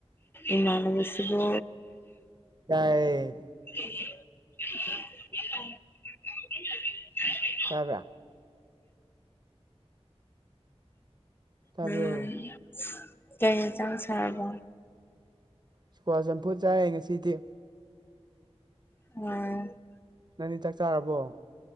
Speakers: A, on the left (about 20°); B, on the right (about 40°).
A: ꯏꯃꯥꯟꯅꯕꯁꯤꯕꯨ
B: ꯌꯥꯑꯌꯦ
A: <inaudible>
B: ꯇꯥꯕꯦ ꯇꯥꯕ꯭ꯔꯣ
A: ꯎꯝ ꯀꯩ ꯏꯟꯁꯥꯡ ꯆꯥꯔꯕ
B: ꯆꯨꯀ꯭ꯋꯥ ꯆꯝꯐꯨꯠ ꯆꯥꯏꯔꯦ ꯉꯁꯤꯗꯤ
A: ꯑꯣ
B: ꯅꯪꯗꯤ ꯆꯥꯛ ꯆꯥꯔꯕꯣ